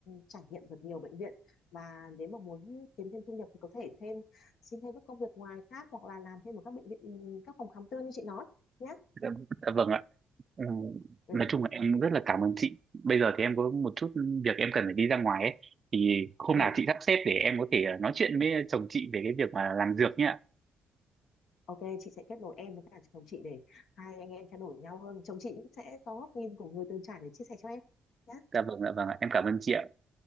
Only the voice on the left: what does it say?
trải nghiệm được nhiều bệnh viện và nếu mà muốn kiếm thêm thu nhập thì có thể thêm xin thêm các công việc ngoài khác hoặc là làm thêm ở các bệnh viện các phòng khám tư như chị nói nhé
ừ
ừ
ok chị sẽ kết nối em với cả chồng chị để hai anh em trao đổi nhau hơn chồng chị cũng sẽ có góc nhìn của người từng trải để chia sẻ cho em nhé